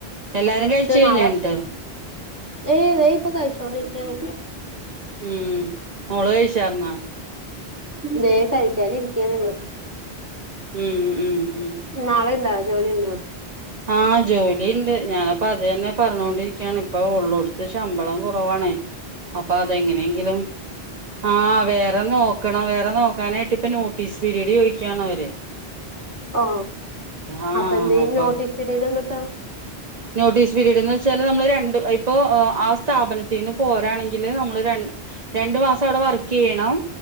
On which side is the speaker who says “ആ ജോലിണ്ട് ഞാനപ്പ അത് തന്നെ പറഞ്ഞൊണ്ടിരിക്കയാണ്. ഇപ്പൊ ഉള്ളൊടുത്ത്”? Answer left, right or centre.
Right